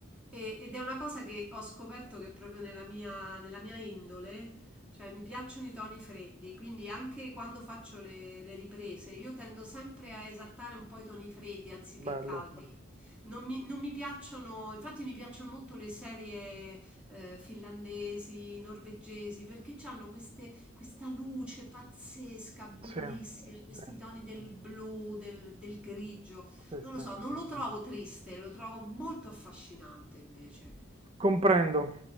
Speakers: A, in the centre; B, on the right (about 30°).
A: E- ed è una cosa che ho scoperto che è proprio nella mia, nella mia indole, cioè mi piacciono i toni freddi, quindi anche quando faccio le, le riprese io tendo sempre a esaltare un po' i toni freddi anziché
B: Bello.
A: caldi. Non mi, non mi piacciono, infatti mi piacciono molto le serie eh, finlandesi, norvegesi, perché hanno queste, questa luce pazzesca, bellissima,
B: Sì,
A: questi
B: sì,
A: toni del blu, del del grigio.
B: sì,
A: Non
B: sì.
A: lo so, non lo trovo triste, lo trovo molto affascinante invece.
B: Comprendo.